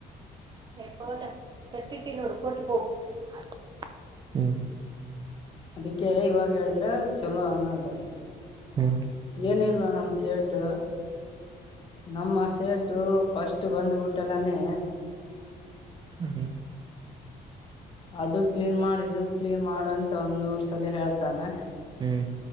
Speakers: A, on the right; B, on the left.
A: ಎ ಪವನ ಕಟ್ಟಿಟ್ಟನ್ನೋಡುಟ್ಟ <unintelligible> ಹ್ಮ್
B: ಅದಕ್ಕೆ ಇವಾಗ ಹೇಳಿದ್ರೆ ಚಲೋ ಅನ್ನದ
A: ಹ್ಮ್
B: ಏನ್ ಹೇಳ್ ನಮ್ಮ್ ಸೇಟು ನಮ್ಮ ಸೇಟು ಫಸ್ಟ್ ಬಂದ್ಬುಟ್ಟಲ್ಲಾನೇ
A: ಹ್ಮ
B: ಅದು ಕ್ಲೀನ್ ಮಾಡ್ ಇದು ಕ್ಲೀನ್ ಮಾಡ್ ಅಂತ ಒಂದ್ ನೂರ್ ಸಲಿ ಹೇಳ್ತಾನೆ
A: ಹ್ಮ್